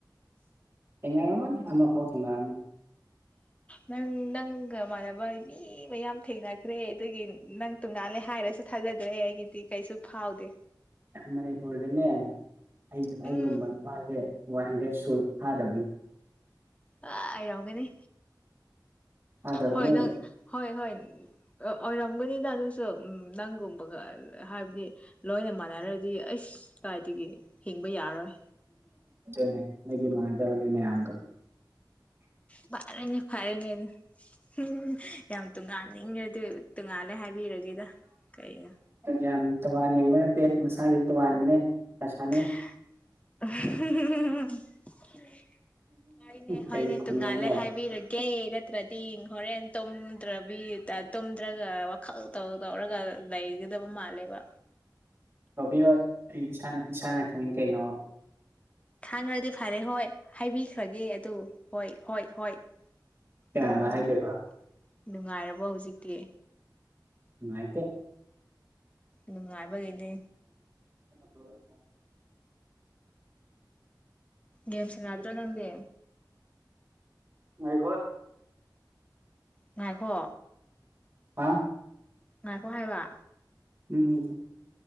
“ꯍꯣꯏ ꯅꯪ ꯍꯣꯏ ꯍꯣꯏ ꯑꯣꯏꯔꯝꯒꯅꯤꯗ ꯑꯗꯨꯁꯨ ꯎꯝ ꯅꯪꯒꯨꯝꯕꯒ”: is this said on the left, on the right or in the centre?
Left